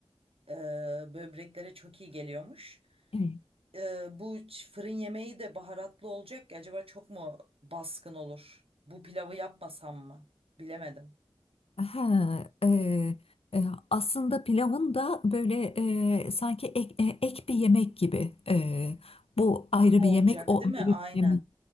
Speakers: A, on the right; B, on the left.
A: e, böbreklere çok iyi geliyormuş.
B: Evet.
A: E, bu ç- fırın yemeği de baharatlı olacak. ya, Acaba çok mu baskın olur? Bu pilavı yapmasam mı? Bilemedim.
B: Ha, e, e, aslında pilavın da böyle e, sanki ek, e, ek bir yemek gibi. E, bu ayrı
A: Olacak
B: bir yemek, o
A: değil
B: ayrı
A: mi? Aynen.
B: bir yemek